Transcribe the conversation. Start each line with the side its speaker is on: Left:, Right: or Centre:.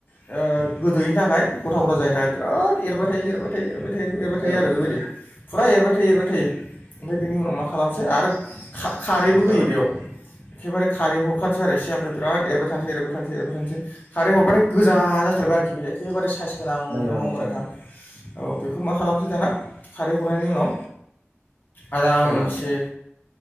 Left: ओ गोदोयिनि थाखाय गथ' गथा जायनि थाखाय बिराद एरबाय थायो एरबाय थायो एरबाय था थायो एरबाय थायो
Right: औ
Left: आरो
Right: नोंथां
Left: बेबायदि। फुरा एरबाय थायो एरबाय थायो ओमफ्राय बिनि उनाव मा खालामसै आरो खा-खारैबो होयो
Right: औ नोंथां
Left: बेयाव। एखेबारे खारैबो हरखानोसै आरो एसे ओमफ्राय बिराद एरबाय थानोसै एरबाय थानो एरबाय थानोसै खारै हरबाथाय गोजा जाथारबाय आरोखि बे एखेबे साइस गोनांनो
Right: नंगौ
Left: नङा होनबा नोंथां?
Right: नंगौ
Left: औ बेखौ मा खालामसै दाना खारै हरनायनि उनाव आरामसे
Right: औ नोंथां